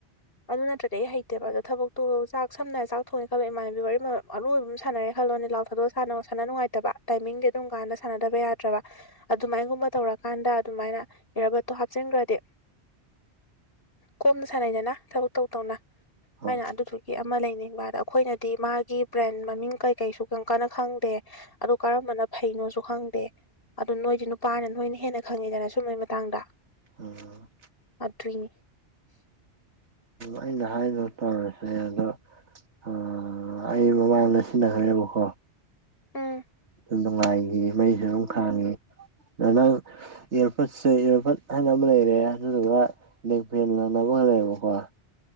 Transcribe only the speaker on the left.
ꯑꯗꯨ ꯅꯠꯇ꯭ꯔꯒ ꯑꯩ ꯍꯩ ꯅꯠꯇꯦꯕ ꯑꯗꯣ ꯊꯕꯛꯇꯣ ꯆꯥꯛ ꯁꯝꯅꯔ ꯆꯥꯛꯣꯡꯑꯦ ꯈꯜꯂꯣ ꯏꯃꯅꯕꯤ ꯋꯥꯔꯤ ꯑꯔꯣꯏꯕ ꯑꯃ ꯁꯥꯟꯅꯔꯦ ꯈꯜꯂꯣ ꯂꯥꯎꯊꯗꯣꯛꯑ ꯍꯥꯟꯅ ꯁꯥꯟꯅ ꯅꯨꯡꯉꯥꯏꯇꯕ ꯇꯥꯏꯃꯤꯡꯗꯤ ꯑꯗꯨꯝ ꯀꯥꯟꯗ ꯁꯥꯟꯅꯗꯕ ꯌꯥꯗ꯭ꯔꯕ ꯑꯗꯨꯃꯥꯏꯅꯒꯨꯝꯕ ꯇꯧꯔꯛ- ꯀꯥꯟꯗ ꯑꯗꯨꯃꯥꯏꯅ ꯏꯔꯥꯔꯕꯠꯇꯣ ꯍꯥꯞꯆꯤꯟꯈ꯭ꯔꯗꯤ ꯀꯣꯝꯅ ꯁꯥꯟꯅꯩꯗꯅ ꯊꯕꯛ ꯇꯧ ꯇꯧꯅ
ꯑꯩꯅ ꯑꯗꯨꯗꯨ- ꯒꯤ ꯑꯃ ꯂꯩꯅꯤꯡꯕ ꯑꯗꯣ ꯑꯈꯣꯏꯅꯗꯤ ꯃꯥꯒꯤ ꯕ꯭ꯔꯦꯟ ꯃꯃꯤꯡ ꯀꯩ ꯀꯩꯁꯨ ꯀꯩꯝ ꯀꯥꯟꯅ ꯈꯪꯗꯦ ꯑꯗꯣ ꯀꯔꯝꯕꯅ ꯐꯩꯅꯣꯁꯨ ꯈꯪꯗꯦ ꯑꯗꯨꯣ ꯅꯣꯏꯗꯤ ꯅꯨꯄꯥꯅ ꯅꯣꯏꯅ ꯍꯦꯟꯅ ꯈꯪꯉꯤꯗꯅ ꯁꯨꯝꯕꯒꯤ ꯃꯇꯥꯡꯗ
ꯑꯗꯨꯏꯅꯤ
ꯎꯝ